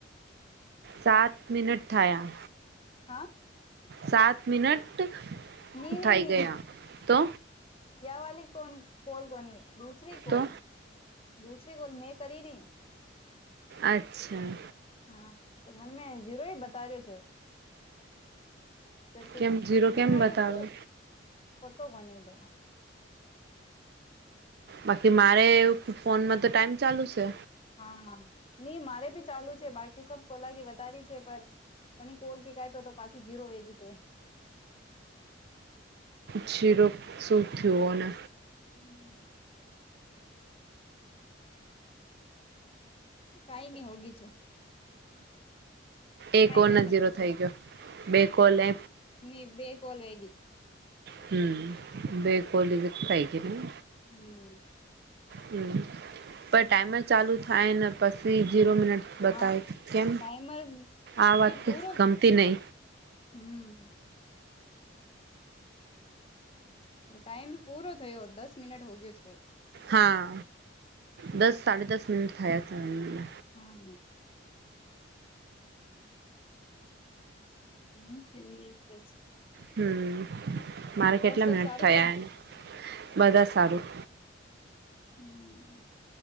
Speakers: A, on the right (about 55°); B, on the left (about 30°).
A: સાત મિનટ થયા
B: હા
A: સાત મિનટ
B: નહી નહી
A: થઈ
B: નહી
A: ગયા તો
B: યા વાલી કોણ કોલ કોની દૂસરી કોલ
A: તો
B: દુસરી કોલ મેં કરીને
A: અચ્છા.
B: હા તો મને મેં ઝીરો એ બતાવ્યો છે. જબ કે
A: કેમ જીરો
B: મિનટ
A: કેમ બતાવે
B: તો બ પોતો કો ન બે
A: બાકી મારે ફોનમાં તો ટાઈમ ચાલુ છે.
B: હા નહી મારે ભી ચાલુ છે બાકી સબ કોલાગી વધારી છે પર પણ કોલ કે કઈ પ તો પાછી જીરો વેગી છે.
A: જીરો શું થયોને
B: હમ. કઈ નહી હોગી છું.
A: એ
B: કઈ
A: કો
B: વઈ
A: ન
B: શકે
A: જીરો થઈ ગયો બે કોલ લે
B: ન બે કોલ વેગી
A: હમ બેકોલી જ થઈ ગી ન
B: હમ
A: હમ પણ ટાઈમ જ ચાલુ થાય ને પછી જીરો મિનિટ બતાય
B: હા
A: કેમ
B: ટાઈમર
A: આ વાત
B: બી પૂરો
A: ગમતી નહી.
B: હમ. ટાઈમ પૂરો થયો દસ મિનટ હો ગયો છે.
A: હા દસ સાડા દસ મિનિટ થયા છે એને
B: હા. હમ ઠીક છે.
A: હમ મારે કેટલા
B: ઓર સબ
A: મિનટ
B: સારું
A: થયા
B: છે
A: એને બધા સારું
B: હમ.